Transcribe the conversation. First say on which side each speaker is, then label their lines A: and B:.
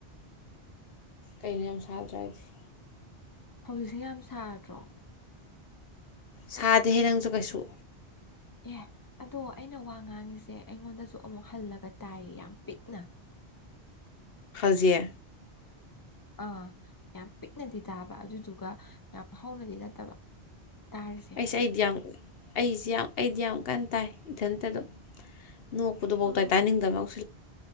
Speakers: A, on the left; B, on the left.
A: ꯀꯩꯅꯣ ꯌꯥꯝ ꯁꯥꯗ꯭ꯔ ꯍꯥꯏꯗꯤ
B: ꯍꯧꯖꯤꯛꯁ ꯌꯥꯝ ꯁꯥꯗ꯭ꯔꯣ
A: ꯁꯥꯗꯦꯍꯦ ꯅꯪꯁꯨ ꯀꯩꯁꯨ
B: ꯑꯦ ꯑꯗꯣ ꯑꯩꯅ ꯋꯥ ꯉꯥꯡꯉꯤꯁꯦ ꯑꯩꯉꯣꯟꯗꯁꯨ ꯑꯃꯨꯛ ꯍꯜꯂꯒ ꯇꯥꯏꯌꯦ ꯌꯥꯝ ꯄꯤꯛꯅ
A: ꯑꯦ
B: ꯑꯥ ꯌꯥꯝ ꯄꯤꯛꯅꯗꯤ ꯇꯥꯕ ꯑꯗꯨꯗꯨꯒ ꯌꯥꯝ ꯍꯧꯅꯗꯤ ꯅꯠꯇꯕ ꯇꯥꯔꯤꯁꯦ
A: ꯑꯩꯁꯦ ꯑꯩꯗꯤ ꯌꯥꯝ ꯑꯩꯁꯦ ꯑꯩꯗꯤ ꯌꯥꯝ ꯀꯥꯟ ꯇꯥꯏ ꯏꯊꯟꯇ ꯑꯗꯨꯝ ꯅꯣꯛꯄꯗꯨꯐꯥꯎꯇꯥꯏ
B: ꯍꯣꯏ
A: ꯇꯥꯅꯤꯡꯗꯕ <unintelligible>